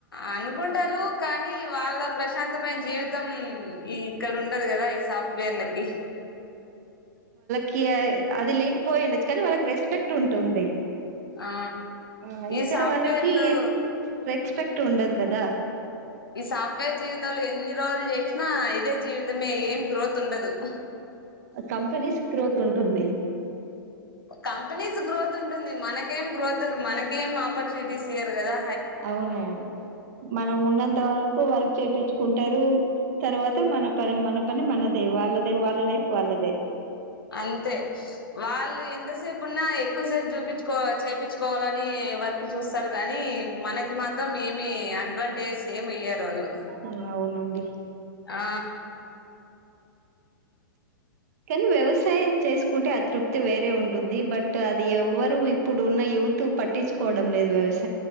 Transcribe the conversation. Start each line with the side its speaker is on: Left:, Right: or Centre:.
Left: అనుకుంటారు కానీ వాళ్ళ ప్రశాంతమైన్ జీవితం ఈ ఇక్కడ ఉండద్ గదా ఈ సాఫ్ట్వేర్లకి
Right: కి అది లేకపోయిండచ్చు కానీ వాళ్ళక్ రెస్పెక్ట్ ఉంటుంది
Left: ఆ
Right: అహా
Left: ఈ
Right: ఇక్కడ
Left: సాఫ్ట్వేర్లు
Right: వాళ్ళకి రెస్పెక్ట్ ఉండద్ కదా
Left: ఈ సాఫ్ట్వేర్ జీవితలో ఎన్ని రోజుల్ చేస్ చేస్తున్న ఇదే జీవితమే ఏం గ్రోత్ ఉండదు
Right: కంపెనీస్ గ్రోత్ ఉంటుంది
Left: కంపెనీస్ గ్రోత్ ఉంటుంది మనకేం గ్రోత్ మనక్ గేమ్ ఆపర్చునిటీస్ ఇయ్యర్ గదా
Right: అవును మనం ఉన్నంత అంత వరకు వర్క్ చేపిచ్కుంటారు తర్వాత మన పని మన పని మనదే వాళ్ళేదే వాళ్ళ లై ఫ్ వాలదే
Left: అంతే వాళ్ళు ఎంతసేప్ ఉన్నా ఎక్కువసేప్ చూపించ్కోవలి చేపిచ్కోవాలని వర్కు చుస్తార్ గాని మనకి మాత్రం ఏమి అడ్వాంటేజెస్ ఏమియ్యారు వాళ్ళు
Right: అవును అవునండి
Left: ఆ
Right: కానీ వ్యవసాయం చేస్కుంటే అతృప్తి వేరే ఉంటుంది బట్ అది ఎవరు ఇప్పుడు ఉన్న ఈ యుత్ పట్టించుకోవడం లేదు వ్యవస్